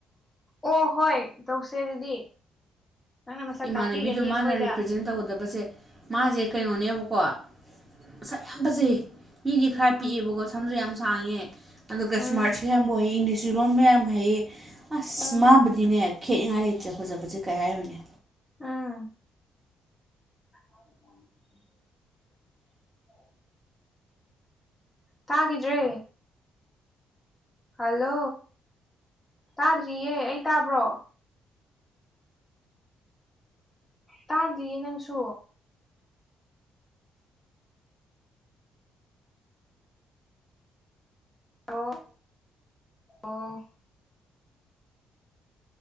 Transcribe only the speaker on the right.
ꯏꯃꯥꯟꯅꯕꯤꯗꯣ
ꯃꯥꯅ ꯔꯤꯄ꯭ꯔꯖꯦꯟ ꯇꯧꯒꯗꯕꯁꯦ ꯃꯥꯁꯦ ꯀꯩꯅꯣꯅꯦꯕꯀꯣ ꯉꯁꯥ ꯌꯥꯝ ꯐꯖꯩ ꯃꯤꯗꯤ ꯈꯔ ꯄꯤꯛꯑꯦꯕꯀꯣ
ꯁꯝꯁꯨ ꯌꯥꯝ ꯁꯥꯡꯉꯦ ꯑꯗꯨꯒ
ꯁ꯭ꯃꯥꯔꯠꯁꯨ ꯌꯥꯝ ꯑꯣꯏꯌꯦ ꯏꯪꯂꯤꯁ ꯏꯁꯤꯔꯣꯟ ꯃꯌꯥꯝ ꯍꯩꯌꯦ ꯑꯁ
ꯃꯥꯕꯨꯗꯤꯅꯦ ꯈꯦꯠꯅꯤꯡꯉꯥꯏ ꯂꯩꯇ꯭ꯔꯦ ꯐꯖꯕꯁꯦ ꯀꯩ ꯍꯥꯏꯔꯨꯅꯦ